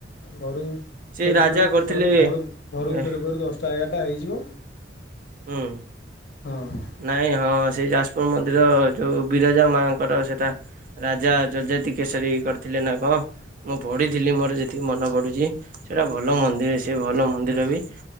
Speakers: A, on the left (about 60°); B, on the right (about 45°).
A: ଘରୁକୁ
B: ସେ
A: ଫେରୁ
B: ରାଜା
A: ଫେରୁ ଦ
B: କରିଥିଲେ
A: ଘରୁ ଘରୁ
B: ଏ
A: ଫେରୁ ଫେରୁ ଦଶଟା ଏଗାରଟା ହେଇଯିବ
B: ହୁଁ।
A: ହଁ।
B: ନାଇଁ ହଁ ସେଇ ଯାଜପୁର ମନ୍ଦିର ଯୋଉ ବିରଜା ମାଙ୍କର ସେଇଟା ରାଜା ଯଯାତି କେଶରୀ କରିଥିଲେ ନା କଣ? ମୁଁ ପଢିଥିଲି ମୋର ଯେତିକି ମନେ ପଡୁଛି ସେଟା ଭଲ ମନ୍ଦିର ସେ ଭଲ ମନ୍ଦିର ବି